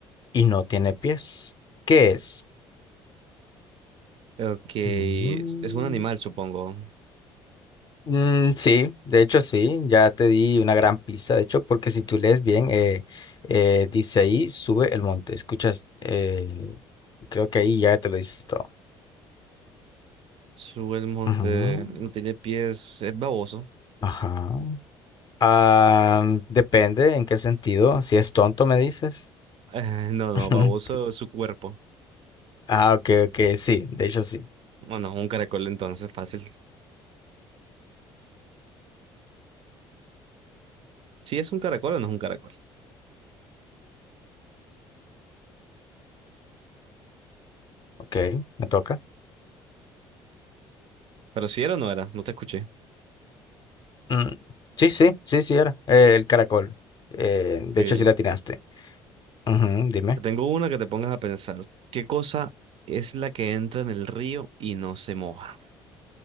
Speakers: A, on the left; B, on the right.
A: y no tiene pies. ¿Qué es?
B: Ok, es
A: Mm,
B: un animal, supongo.
A: mm, sí, de hecho sí, ya te di una gran pista, de hecho, porque si tú lees bien, eh, eh, dice ahí, sube el monte. Escuchas, eh, creo que ahí ya te lo dices todo.
B: Sube el monte,
A: Ujú,
B: no tiene pies, es baboso. <laughs>
A: Ajá. Ah, depende en qué sentido. Si es tonto, me dices.
B: Eh, no, no,
A: <laughs>
B: baboso es su cuerpo.
A: Ah, ok, ok, sí, de hecho sí.
B: Bueno, es un caracol entonces, fácil. ¿Sí es un caracol o no es un caracol?
A: Ok, me toca.
B: Pero si era o no era, no te escuché.
A: Mm, sí, sí, sí, sí, era. eh, el caracol. Eh,
B: Ok,
A: de
B: te
A: hecho sí la atinaste. Ujú, dime.
B: tengo una que te pongas a pensar. ¿Qué cosa es la que entra en el río y no se moja?